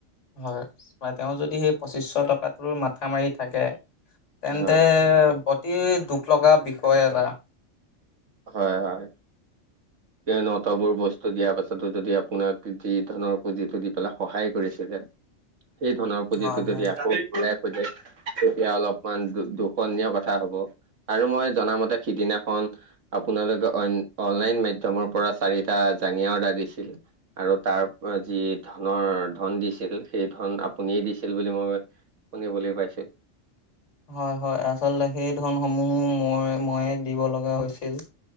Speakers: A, on the left; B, on the right.
A: হয়, বা তেওঁ যদি সেই পঁচিছশ টকাটোৰ মাথা মাৰি থাকে। তেন্তে
B: হয়
A: অতি দুখ লগা বিষয় এটা
B: হয়। হয়।
A: <inaudible>
B: সেই বোৰ বস্তু দিয়া পাছতো যদি আপোনাক যি ধনৰ পুঁজিটো দি পেলাই সহায় কৰিছিলে। সেই ধনৰ পুজিটো
A: হয়
B: যদি
A: হয়
B: আকৌ বলে তেতিয়া অলপমান দূখননীয় কথা হব। আৰু মই জনামতে সিদিনাখন আপোনালোকে অন অনলাইন মাধ্যমৰ পৰা চাৰিটা জাঙিয়া অৰ্ডাৰ দিছিল। আৰু তাৰ যি ধনৰ ধন দিছিল। সেই ধন আপুনিয়ে দিছিল বুলি মই শুনিবলৈ পাইছো।
A: হয়। হয়। আচলতে সেই ধনসমূহ মই দিব লগা হৈছিল।